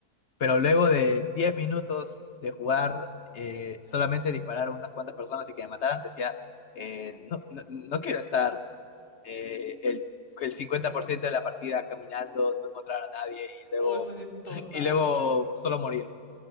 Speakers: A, on the left; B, on the left.
A: Pero luego de 10 minutos de jugar, eh, solamente disparar a unas cuantas personas y que me mataran, decía, eh, no, no, no quiero estar eh, el, el 50% de la partida caminando, no encontrar a nadie y luego,
B: O sea, total.
A: y luego solo morir.